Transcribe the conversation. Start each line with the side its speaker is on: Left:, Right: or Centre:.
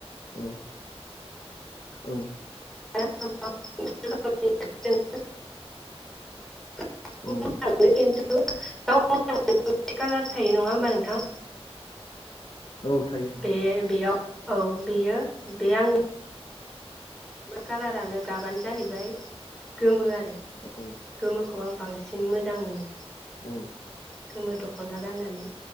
Left: औ औ
Centre: <inaudible> <inaudible>
Left: औ
Centre: गाव <unintelligible> गावनावबो <unintelligible> बिदि कालार थायो नङा होमबा नोंथां?
Left: औ थायो
Centre: बे बेयाव औ बेयो बे आंनि कालारानो गाबानो जाहैबाय गोमो गोमोखौ
Left: औ
Centre: आं बांसिन बांसिन मोजां मोनो।
Left: औ
Centre: गोमो दखना गाननानै